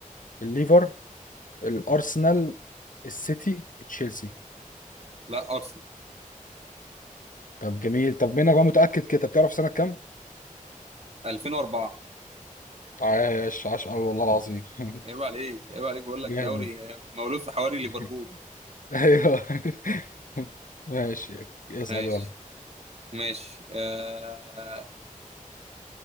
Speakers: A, on the left; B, on the right.
A: الليفر الارسنال السيتي تشيلسي
B: لا ارسنال
A: طب جميل طب منك بقى متاكد كده طب تعرف سنه كام؟
B: 2004
A: عاش عاش قوي والله العظيم <laughs>
B: عيب عليك عيب عليك بقول
A: جامد
B: لك دوري مولود في حواري ليفربول
A: <laughs> ايوه <laughs> ماشي اسأل
B: ماشي
A: يلا
B: ماشي أه